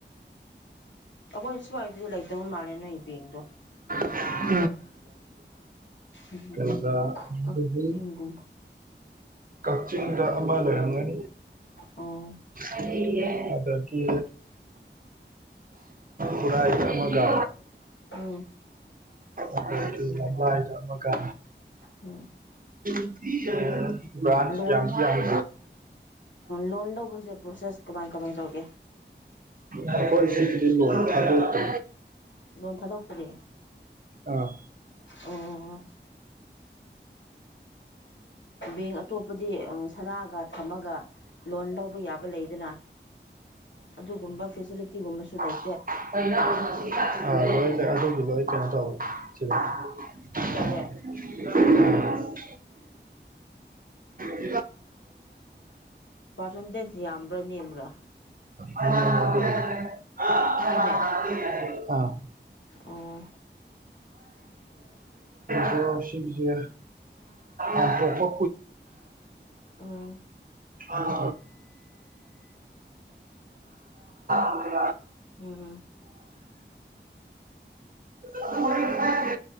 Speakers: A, on the left; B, on the right.
A: ꯑꯩꯈꯣꯏ ꯁꯨ꯭ꯋꯥꯏꯗꯗꯤ ꯂꯩꯇꯕ ꯃꯥꯜꯂꯦ ꯅꯣꯏ ꯕꯦꯛꯗꯣ
B: <unintelligible>
A: ꯎꯝ
B: ꯀꯩꯅꯀ
A: ꯀꯛꯆꯤꯡꯒꯨꯝꯕ
B: <unintelligible> ꯀꯛꯆꯤꯡꯗ ꯑꯃ ꯂꯩꯔꯝꯒꯅꯤ
A: ꯑꯣ
B: ꯑꯦ <unintelligible> ꯑꯗꯒꯤ ꯈꯨꯔꯥꯏꯗ ꯑꯃꯒ
A: ꯎꯝ
B: ꯑꯗꯒꯤ ꯂꯝꯂꯥꯏꯗ ꯑꯃꯒ
A: ꯎꯝ
B: ꯊ ꯌꯥ <unintelligible>
A: ꯂꯣꯟ
B: ꯌꯥꯝꯁꯨ ꯌꯥꯝ
A: ꯂꯣꯟ ꯂꯧꯕꯁꯦ ꯄ꯭ꯔꯣꯁꯦꯁ ꯀꯃꯥꯏ ꯀꯃꯥꯏ ꯇꯧꯒꯦ
B: ꯑꯩꯈꯣꯏ ꯁꯤꯒꯤꯗꯤ ꯂꯣꯟ ꯊꯥꯗꯣꯛꯇꯦ
A: ꯂꯣꯟ ꯊꯥꯗꯣꯛꯇꯔꯤ
B: ꯑꯥ
A: ꯑꯣ ꯑꯣ ꯕꯦꯡ ꯑꯇꯣꯞꯄꯗꯤ ꯁꯅꯥꯒ ꯊꯝꯃꯒ ꯂꯣꯟ ꯂꯧꯕ ꯌꯥꯕ ꯂꯩꯗꯅ ꯑꯗꯨꯒꯨꯝꯕ ꯐꯦꯁꯤꯂꯤꯇꯤꯒꯨꯝꯕꯁꯨ ꯂꯩ
B: ꯑꯗꯨ <unintelligible> <unintelligible>
A: ꯇꯧꯋꯦ
B: <unintelligible>
A: ꯄꯥꯔꯁꯦꯟꯇꯦꯖ ꯌꯥꯝꯕ꯭ꯔꯥ ꯅꯦꯝꯕ꯭ꯔꯥ
B: ꯣꯏꯁ <unintelligible>
A: ꯅꯦꯝꯃꯦ
B: ꯑꯥ
A: ꯑꯣ
B: ꯁꯨ ꯁꯤꯕꯤꯖ ꯑꯝꯊꯣꯛꯄ
A: ꯎꯝ
B: ꯐꯗ <unintelligible> <inaudible> ꯎꯝ <unintelligible> <unintelligible>
A: ꯎꯝ
B: ꯍ <unintelligible>